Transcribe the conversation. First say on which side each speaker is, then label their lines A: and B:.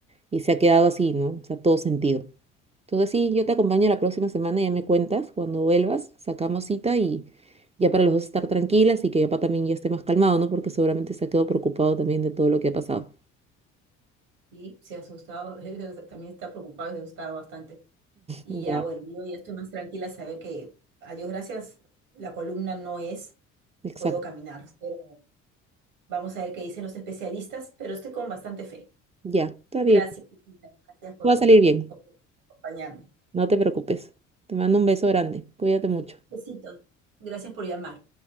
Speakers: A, on the right (about 15°); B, on the right (about 60°).
A: Y se ha quedado así, ¿no? O sea, todo sentido. Entonces sí, yo te acompaño la próxima semana, ya me cuentas. Cuando vuelvas, sacamos cita y ya para los dos estar tranquilas y que papá también ya esté más calmado, ¿no? Porque seguramente se ha quedado preocupado también de todo lo que ha pasado.
B: Y se ha asustado, <laughs> él también está preocupado y se ha asustado bastante. Y
A: Ya.
B: ya, bueno, yo ya estoy más tranquila saber que, a Dios gracias, la columna no es.
A: Exacto.
B: puedo caminar, pero vamos a ver qué dicen los especialistas, pero estoy con bastante fe.
A: Ya, está
B: Gracias,
A: bien.
B: Lupita. gracias por,
A: Va a salir bien.
B: por acompañarme.
A: No te preocupes. Te mando un beso grande. Cuídate mucho.
B: Besitos, gracias por llamar.